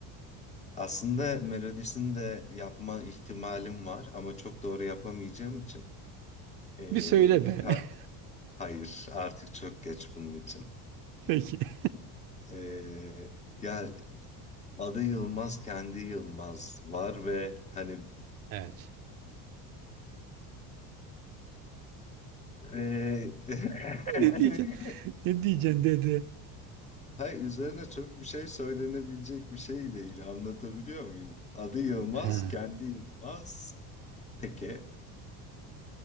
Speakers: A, on the left; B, on the right.
A: Aslında melodisini de yapma ihtimalim var ama çok doğru yapamayacağım için eee,
B: Bir söyle be.
A: ta-
B: <laughs>
A: hayır artık çok geç bunun için.
B: Peki. <laughs>
A: Eee, ya adı Yılmaz kendi Yılmaz var ve hani
B: Evet.
A: eee <laughs>
B: Ne diyeceksin? Ne diyeceksin dedi.
A: hayır üzerine çok bir şey söylenebilecek bir şey değil anlatabiliyor muyum? Adı Yılmaz
B: Ha.
A: kendi Yılmaz peki